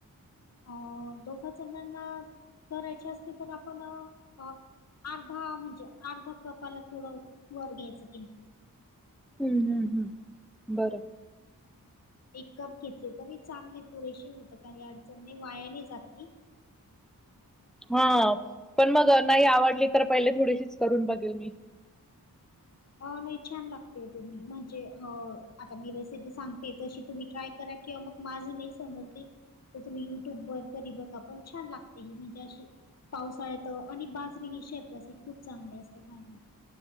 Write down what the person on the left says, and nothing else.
अ दोघा जणांना, करायचे असते. तर आपण अ अर्धा म्हणजे, अर्धा कपाला थोडं वर घ्यायचं. किंचित.
एक कप घेतले तरी, चांगले पुरेशी होत. काही अडचण नाही. वाया नाही जात ते.
अ नाही छान लागते. तुम्ही, म्हणजे अ आता मी रेसिपी सांगते. तशी तुम्ही ट्राय करा. किंवा मग माझं नाही समजली तर तुम्ही युट्यूब वर तरी बघा. पण छान लागते ही. म्हणजे अशी पावसाळ्यात. आणि बाजरी ही, शरीरासाठी खूप चांगली असते, खायला.